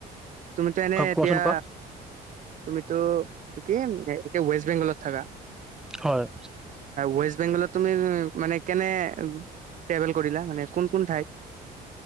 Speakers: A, on the right; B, in the centre.
A: তুমিতো এনে এতিয়া
B: কোৱাচোন কোৱা
A: তুমিতো এইটো কি হে ৱেষ্ট বেংগলত থাককা
B: হয়।
A: ৱেষ্ট বেংগলত তুমি মানে কেনে ট্ৰেভেল কৰিলা মানে কোন কোন ঠাইত